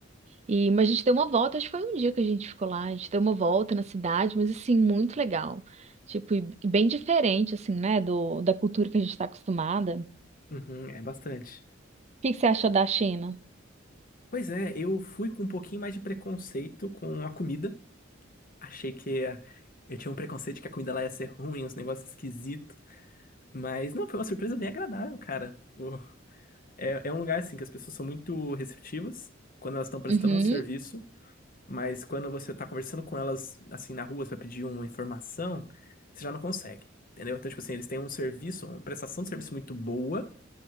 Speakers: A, on the right; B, on the left.
A: E, mas a gente deu uma volta, acho que foi um dia que a gente ficou lá, a gente deu uma volta na cidade, mas assim, muito legal. Tipo, e bem diferente, assim, né, do, da cultura que a gente está acostumada. O
B: Uhum, é bastante.
A: que que você achou da China?
B: Pois é, eu fui com um pouquinho mais de preconceito com a comida. Achei que a- eu tinha um preconceito que a comida lá ia ser ruim, uns negócios esquisitos. Mas não, foi uma surpresa bem agradável, cara. O- É, é um lugar assim que as pessoas são muito receptivas quando elas estão prestando
A: Uhum,
B: um serviço, mas quando você tá conversando com elas assim na rua pra pedir uma informação, você já não consegue. Entendeu? Então, tipo assim, eles têm um serviço, uma prestação de serviço muito boa,